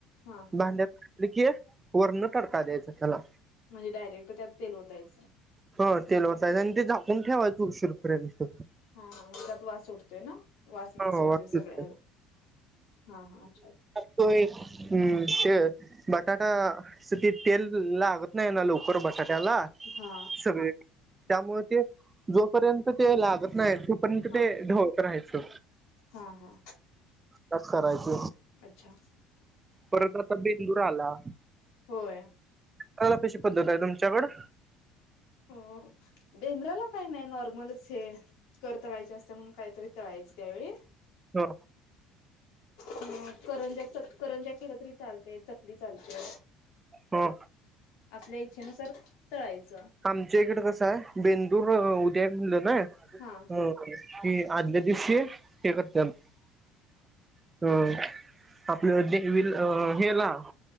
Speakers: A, on the left; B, on the right.
A: हा
B: भांड्यात काढलं की वरनं तडका द्यायचं त्याला
A: म्हणजे डायरेक्ट त्यात तेल ओतायचं.
B: ह तेल वतायचं आणि ते झाकून ठेवायचं उशीरपर्यंत
A: हा हा म्हणजे त्यात वास उठतोय ना, वास मिक्स
B: हो
A: होतोय
B: आणि
A: सगळ्याला
B: ते
A: हा हा अच्छा
B: होय हुं श बटाटा असं ते तेल लागत नाही ना लवकर बटाट्याला
A: हा
B: त्यामुळे ते जोपर्यंत ते लागत नाही तोपर्यंत
A: हा
B: ते ढव राहायचं
A: हा हा
B: तास करायच
A: अच्छा
B: परत आता बेंदूर आला.
A: होय
B: बेंद्राला कशी पद्धत आहे तुमच्याकडं?
A: हो बेंद्राला काही नाही नॉर्मलच हे कर तळायची असत्या म्हणून काहीतरी तळायचं त्यावेळी
B: हो
A: अ करंज्या करंज्या केलं तरी चालतंय, चकली चालते.
B: ह.
A: आपल्या इच्छेनुसार तळायचं.
B: आमच्या इकड कसं आहे बेंदूर उद्या आहे म्हणलं ना
A: हा
B: कि आदल्या दिवशी हे करत्यात ह आपलं देवी हेला